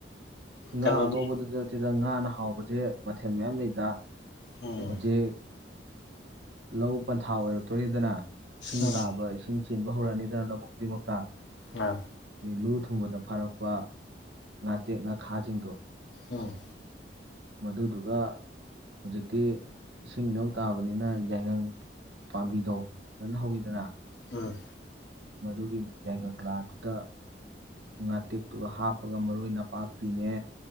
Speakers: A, on the left; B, on the right.
A: ꯀꯩꯅꯣꯗꯤ
B: ꯑꯉꯥ ꯁꯤꯗ ꯉꯥꯅ ꯍꯥꯎꯕꯁꯦ ꯃꯊꯦꯜ ꯃꯌꯥꯝ ꯂꯩꯗ
A: ꯎꯝ
B: ꯍꯧꯖꯤꯦ ꯂꯧ ꯄꯟꯊꯥ ꯑꯣꯏꯔꯛꯇꯣꯔꯤꯗꯅ ꯏꯁꯤꯡ
A: ꯎꯝ
B: ꯇꯥꯕ ꯏꯁꯤꯡ ꯆꯤꯟꯕ ꯍꯧꯔꯥꯅꯤꯗꯅ ꯂꯧꯕ ꯈꯨꯗꯤꯡꯃꯛꯇꯥ
A: ꯑ
B: ꯂꯨ ꯊꯨꯝꯕꯗ ꯐꯥꯔꯛꯄ ꯉꯥꯇꯦꯛ ꯉ ꯈꯥꯖꯗꯣ
A: ꯎꯝ
B: ꯃꯗꯨꯗꯨꯒ ꯍꯧꯖꯤꯛꯇꯤ ꯏꯁꯤꯡ ꯏꯅꯥꯧ ꯇꯥꯕꯅꯤꯅ ꯌꯥꯏꯉꯪ ꯄꯥꯝꯕꯤꯗꯣ ꯐꯖꯅ ꯍꯧꯋꯤꯗꯅ
A: ꯎꯝ
B: ꯃꯗꯨꯒꯤ ꯌꯥꯏꯉꯥꯗꯨꯗ ꯉꯥꯇꯦꯛꯇꯨꯒ ꯍꯥꯞꯄꯒ ꯃꯔꯣꯏ ꯅꯄꯥꯛꯄꯤꯅꯦ